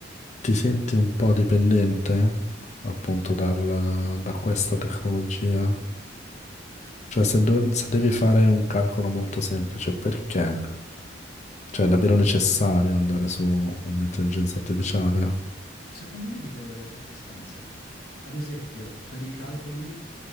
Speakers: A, on the left; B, on the left.
A: ti senti un po' dipendente appunto dal- da questa tecnologia? Cioè, se,
B: Di-
A: do- se devi fare un calcolo molto semplice, perché? Cioè, è davvero necessario andare su un'intelligenza artificiale?
B: Secondo me dipende dalle circostanze. Ad esempio, per i calcoli